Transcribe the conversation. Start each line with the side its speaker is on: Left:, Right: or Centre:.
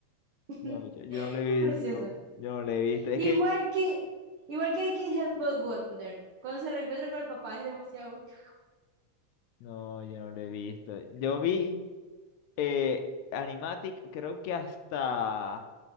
Right: <laughs>
Left: No, yo, yo no lo he
Right: es precioso.
Left: visto. Yo no lo he visto. Es
Right: Igual
Left: que.
Right: que, igual que I Can't Help But Wonder. Cuando se reencuentra con el papá es demasiado. <laughs>
Left: No, yo no lo he visto. Yo vi eh, animatic, creo que hasta